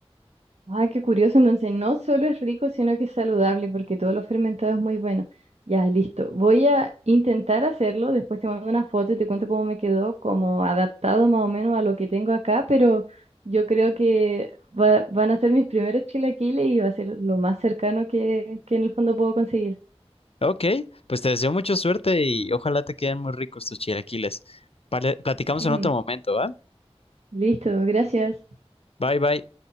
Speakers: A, on the right; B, on the left.
A: Ay, qué curioso. Entonces, no solo es rico, sino que es saludable, porque todo lo fermentado es muy bueno. Ya, listo. Voy a intentar hacerlo. Después te mando una foto y te cuento cómo me quedó, como adaptado más o menos a lo que tengo acá, pero yo creo que va- van a ser mis primeros chilaquiles y va a ser lo más cercano que, que en el fondo puedo conseguir.
B: Ok, pues te deseo mucha suerte y ojalá te queden muy ricos tus chilaquiles. Pale- platicamos
A: <laughs> Ujú.
B: en otro momento, ¿va?
A: Listo, gracias.
B: Bye bye.